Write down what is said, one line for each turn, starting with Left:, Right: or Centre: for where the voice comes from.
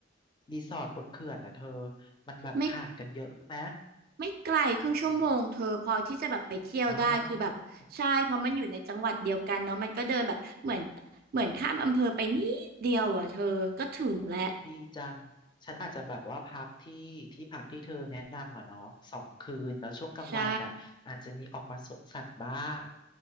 Left: รีสอร์ทบนเขื่อนนะเธอมันแบบห่างกันเยอะไหม
Right: ไม่ ไม่ไกลครึ่งชั่วโมงเธอพอที่จะแบบไปเที่ยวได้คือแบบใช่เพราะมันอยู่ในจังหวัดเดียวกันเนาะมันก็เดินแบบเหมือน
Left: อ้าว
Right: เหมือนข้ามอำเภอไปนิดเดียวอ่ะเธอ ก็ถึงแล้ว
Left: ดีจังฉันอาจจะแบบว่าพักที่ที่พักที่เธอแนะนำอ่ะเนาะสองคืนแล้วช่วงกลางวันน่ะอาจจะมีออกมาสวนสัตว์บ้าง
Right: ใช่